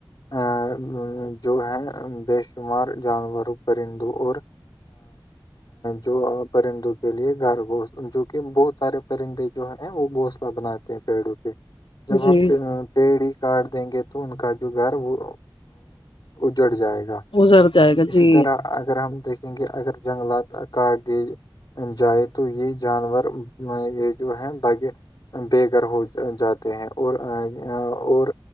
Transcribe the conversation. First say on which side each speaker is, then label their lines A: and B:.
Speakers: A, on the left; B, on the left.
A: ا جو ہے بے شمار جانوروں پرندوں اور جو پرندوں کے لیے گارگوشت جو کہ بہت سارے پرندے جو ہیں وہ بھونسلہ بناتے ہیں پیڑوں پہ جب
B: جی
A: ہم پی ڈی کارڈ دیں گے تو ان کا جو گھر وہ اجڑ جائے گا
B: ازر جائے گا
A: اسی
B: جی
A: طرح اگر ہم دیکھ کیونکہ اگر جنگلات کاٹ دیے جائے تو یہ جانور میں یہ جو ہے باقی بے گھر ہو جاتے ہیں اور اور